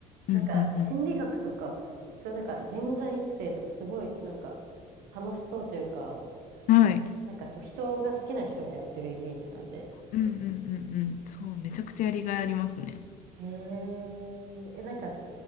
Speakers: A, on the left (about 60°); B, on the right (about 80°).
A: うんうん
B: なんか、心理学とか、そういうなんか人材育成とか、すごいなんか楽しそうというか、
A: うん。はい。
B: なんかこう、人が好きな人がやってるイメージなんで。
A: うんうんうんうん。そう、めちゃくちゃやりがいありますね。
B: へえ、え、なんか